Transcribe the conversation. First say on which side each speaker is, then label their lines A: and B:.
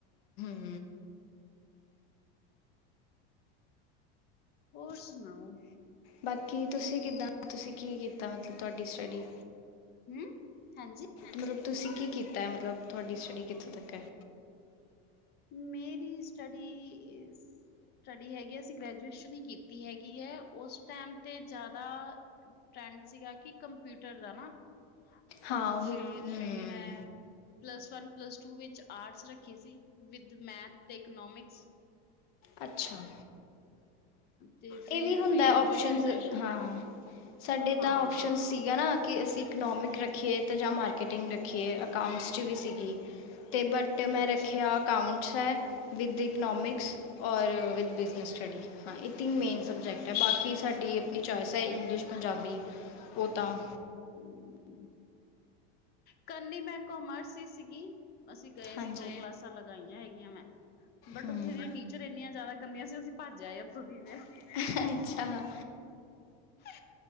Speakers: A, on the left; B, on the left.
A: ਹੂ
B: ਹੋਰ ਸੁਣਾਓ
A: ਬਾਕੀ ਤੁਸੀਂ ਕਿੱਦਾਂ ਹ ਤੁਸੀਂ ਕੀ ਕੀਤਾ ਮਤਲਬ ਤੁਹਾਡੀ ਸਾਡੀੇ
B: ਹੂ ਹਾਂਜੀ
A: ਮਤਲਬ ਤੁਸੀਂ ਕੀ ਕੀਤਾ ਹੈ ਮਤਲਬ ਤੁਹਾਡੀ ਸਟੱਡੀ ਕਿੱਥੋਂ ਤੱਕ ਹੈ
B: ਮੇਰੀ ਸਟੱਡੀ ਸਟੱਡੀ ਹੈਗੀ ਅਸੀਂ ਗ੍ਰੈਜੂਏਸ਼ਨ ਹੀ ਕੀਤੀ ਹੈਗੀ ਹੈ ਉਸ ਟਾਈਮ ਤੇ ਜ਼ਿਆਦਾ ਟਰੈਂਡ ਸੀਗਾ ਕਿ ਕੰਪਿਊਟਰ ਨਾ ਤਾਂ
A: ਹਾਂ ਉਹੀ
B: ਫਿਰ
A: ਹੂੰ
B: ਮੈਂ, ਪਲੱਸ ਵਨ ਪਲੱਸ ਟੂ ਵਿੱਚ ਆਰਟਸ ਰੱਖੀ ਸੀ ਵਿਦ ਮੈਥ ਤੇ ਇਕਨੋਮਿਕ <inaudible>
A: ਅੱਛਾ
B: ਤੇ ਫਿਰ
A: ਇਹ ਵੀ ਹੁੰਦਾ
B: ਗ੍ਰੈਜੂਏਸ਼ਨ
A: ਓਪਸ਼ਨਸ
B: ਮੈਨੇ
A: ਹਾਂ, ਸਾਡੇ ਤਾਂ
B: ਹਾਂ
A: ਓਪਸ਼ਨ ਸੀਗਾ ਨਾ ਕਿ ਅਸੀਂ ਇਕਨੋਮਿਕ ਰੱਖੀਏ ਤਾਂ ਜਾਂ ਮਾਰਕੀਟਿੰਗ ਰੱਖੀਏ ਅਕਾਊਂਟਸ 'ਚ ਵੀ ਸੀਗੀ ਤੇ ਬਟ ਮੈਂ
B: ਅੱਛਾ
A: ਰੱਖਿਆ ਅਕਾਊਂਟ ਛੇ ਵਿਦ ਇਟ ਇਕਨੋਮਿਕਸ ਔਰ ਵਿਦ ਬਿਜ਼ਨਸ ਸਟੱਡੀ ਹਾਂ ਇਹ ਤਿਨ ਮੇਨ ਸਬਜੈਕਟ
B: ਅੱਛਾ
A: ਐ, ਬਾਕੀ ਸਾਡੀ ਆਪਣੀ ਚੋਆਇਸ ਹੈ ਇੰਗਲਿਸ਼ ਪੰਜਾਬੀ ਉਹ ਤਾਂ
B: ਹੂ ਉ ਉ ਕਰਨੀ ਮੈਂ ਕੋਮਰਸ ਹੀ ਸੀਗੀ, ਅਸੀਂ ਗਏ
A: ਹਾਂਜੀ।
B: ਵੀ ਦੋ ਕਲਾਸਾਂ ਲਗਾਈਆਂ ਹੈਗੀਆਂ ਮੈਂ, ਬਟ
A: ਹੂੰ।
B: ਉੱਥੇ ਦੀ ਟੀਚਰ ਇੰਨੀਆਂ ਜ਼ਿਆਦਾ ਗੰਦੀਆਂ ਸੀ ਅਸੀਂ ਭੱਜਿਆ ਉੱਥੋਂ ਦੀ ਤੇ
A: ਦੀ ਅੱਛਾ,
B: <inaudible>